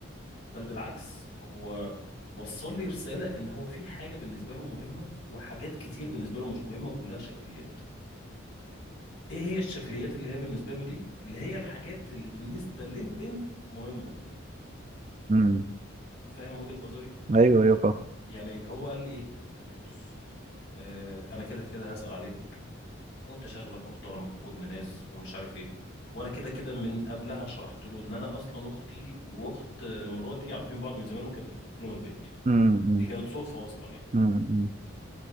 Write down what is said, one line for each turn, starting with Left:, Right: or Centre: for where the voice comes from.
Left: بل بالعكس هو وصل لي رساله ان هو في حاجه بالنسبه له مهمه وحاجات كتير بالنسبه له مش مهمه وكلها شكليات ايه هي الشكليات اللي هي بالنسبه له دي اللي هي الحاجات اللي بالنسبه للبنت مهمه
Right: مم.
Left: فاهم وجهه نظري
Right: ايوه ايوه فاهم
Left: يعني هو قال لي ايه قال لي بص آه، انا كده كده هسأل عليك وانت شغلك محترم وابن ناس ومش عارف ايه وانا كده كده من قبلها شرحت له ان انا اصلا اختي واخت مراتي عارفين بعض من زمان وكانت بتروح لهم البيت
Right: مم.
Left: دي كانت صدفه اصلا يعني
Right: مم. مم.